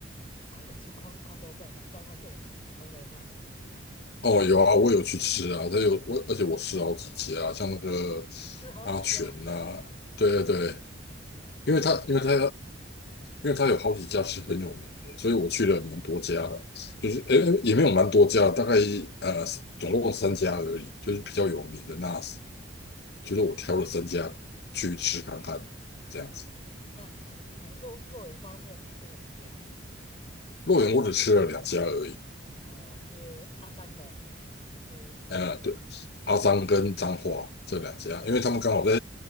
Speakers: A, on the left; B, on the left.
A: 啊，有吃空空肉饭吗？彰后最有名的吃空肉饭，啊，
B: 哦，有啊，我有去吃啊，这有我，
A: 啊
B: 而且我吃了好几家，像那个
A: 吃好几家，
B: 阿全呐、
A: 你，
B: 对对对，
A: 哎、
B: 因为他因为他因为他有好几家是很有名的，所以我去了蛮多家的，就是诶、
A: 嗯啊
B: 诶也没有蛮多家，大概呃总共三家而已，就是比较有名的那就是我挑了三家去吃看看，这样子。
A: ，OK，那呃肉肉圆方面你吃了几家？
B: 洛阳我只吃了两家而已，
A: 哦，是阿张的还是？
B: 呃，对，阿张跟彰化这两家，
A: 哦
B: 因为他们刚好在，
A: o k